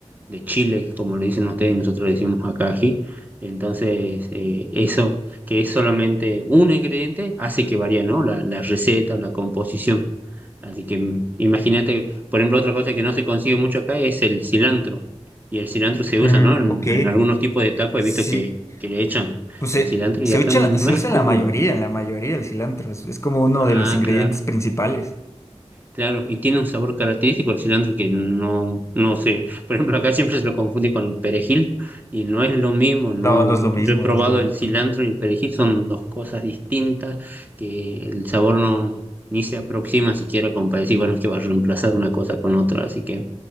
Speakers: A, on the right; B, on the left.
A: de Chile, como le dicen ustedes, nosotros le decimos acá ají. Entonces, eh, eso que es solamente un ingrediente hace que varía, ¿no? La, la receta la composición. Así que mm, imagínate, por ejemplo, otra cosa que no se consigue mucho acá es el cilantro. Y el cilantro se usa,
B: Ujú,
A: ¿no? En,
B: Ok,
A: en algunos tipos de tacos
B: sí,
A: he visto que, que le echan
B: pues
A: el
B: se,
A: cilantro y
B: se
A: acá
B: echa
A: no
B: en la- se
A: es
B: usa
A: común.
B: en la mayoría, en la mayoría el cilantro, es, es como uno
A: Ah,
B: de los ingredientes
A: claro.
B: principales.
A: Claro, y tiene un sabor característico el cilantro que no, no sé. Por ejemplo, acá siempre se lo confunde con el perejil y no es lo mismo, no.
B: No, no es lo mismo,
A: Yo he probado
B: no es lo mismo.
A: el cilantro y el perejil, son dos cosas distintas que el sabor no ni se aproxima siquiera como para decir, bueno, es que va a reemplazar una cosa con otra, así que